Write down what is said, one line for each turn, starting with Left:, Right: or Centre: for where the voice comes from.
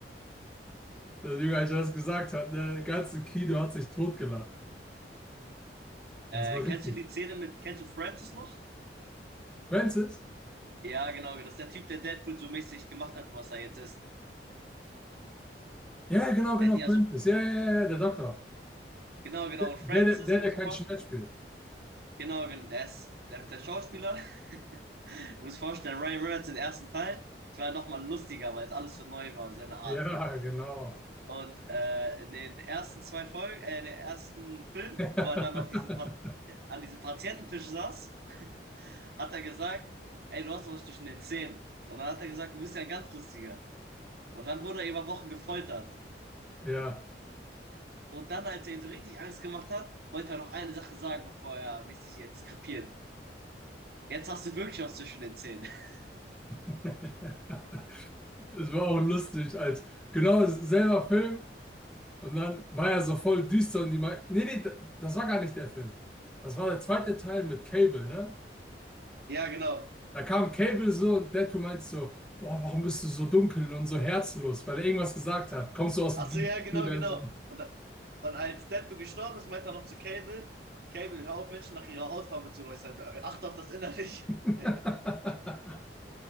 Centre: Deswegen, als er das gesagt hat, der ganze Kino hat sich totgelacht.
Right: Äh,
Centre: Das war
Right: kennst
Centre: richtig.
Right: du die Szene mit, kennst du Francis noch?
Centre: Francis?
Right: Ja, genau, das ist der Typ, der Deadpool so mäßig gemacht hat, was er jetzt ist.
Centre: Ja, genau, genau,
Right: Der hat ihn ja
Centre: Francis.
Right: so,
Centre: Ja, ja, ja, ja, der Doktor.
Right: genau, genau, und Francis,
Centre: Der, der, der,
Right: muss
Centre: der kein
Right: ich vorstellen,
Centre: Schmerz spielt.
Right: genau, genau, der ist, der, der Schauspieler, <laughs> muss ich vorstellen, Ryan Reynolds im ersten Teil, es war ja nochmal lustiger, weil es alles so neu war, seine Art.
Centre: Ja, genau.
Right: Und äh, in den ersten zwei Folgen, äh, in den ersten Film,
Centre: <laughs>
Right: wo er dann auf diesen Pat äh, an diesem Patiententisch saß, hat er gesagt, ey, du hast was zwischen den Zähnen. Und dann hat er gesagt, du bist ja ein ganz lustiger. Und dann wurde er über Wochen gefoltert.
Centre: Ja,
Right: Und dann, als er ihn so richtig Angst gemacht hat, wollte er noch eine Sache sagen, bevor er mäßig jetzt krepiert. Jetzt hast du wirklich was zwischen den Zähnen. <laughs>
Centre: das war auch lustig, als genau selber Film und dann war er so voll düster und die meinten, nee, nee, das war gar nicht der Film. Das war der zweite Teil mit Cable, ne?
Right: Ja, genau.
Centre: Da kam Cable so und Deadpool meinte so, boah, warum bist du so dunkel und so herzlos, weil er irgendwas gesagt hat. Kommst du aus dem
Right: Achso,
Centre: DC-Universum?
Right: ja, genau, genau. Und, und als Deadpool gestorben ist, meinte er noch zu Cable, Cable, hör auf, Menschen nach ihrer Hautfarbe zu äußern. Achte auf das Innerliche.
Centre: <laughs>
Right: <laughs>